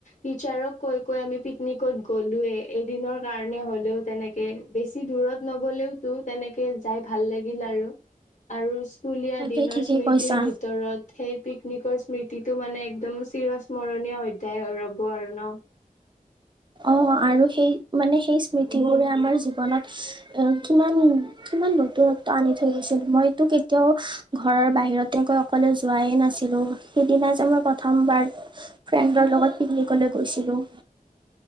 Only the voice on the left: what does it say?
টিচাৰক কৈ কৈ আমি পিকনিকত গ'লোয়ে এদিনৰ কাৰণে হলেও তেনেকে বেছি দূৰত নগলেও টো তেনেকে যাই ভাল লাগিল আৰু আৰু স্কুলীয়া
দিনৰ
স্মৃতিৰ
ভিতৰত সেই পিকনিকৰ স্মৃতিটো মানে একদম চিৰ স্মৰণীয় অধ্যায় হৈ ৰ'ব আৰু ন